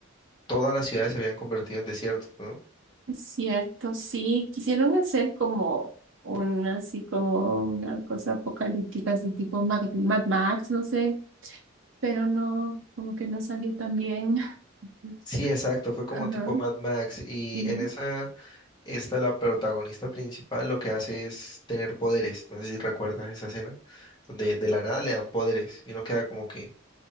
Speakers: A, on the left (about 20°); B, on the right (about 70°).
A: todas las ciudades se habían convertido en desiertos, ¿no?
B: Es cierto, sí, quisieron hacer como una, así como una cosa apocalíptica, así tipo Mad, Mad Max, no sé, pero no, como que no salió tan bien. <laughs>
A: Sí, exacto, fue como
B: Ajá.
A: tipo Mad Max y
B: ujú.
A: en esa Esta, la protagonista principal, lo que hace es tener poderes. No sé si recuerdas esa escena, donde de la nada le dan poderes y uno queda como que,